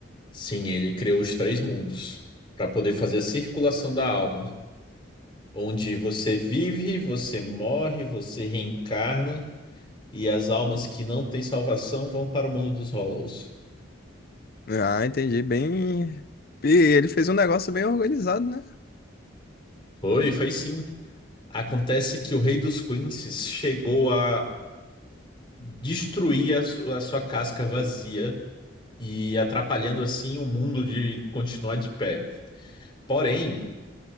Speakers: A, on the left; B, on the left.
A: Sim, ele criou os três mundos para poder fazer a circulação da alma, onde você vive, você morre, você reencarna e as almas que não têm salvação vão para o mundo dos Hollows.
B: Ah, entendi. Bem. E ele fez um negócio bem organizado, né?
A: Foi, foi sim. Acontece que o Rei dos Quinces chegou a destruir a, su- a sua casca vazia e atrapalhando assim o mundo de continuar de pé. Porém,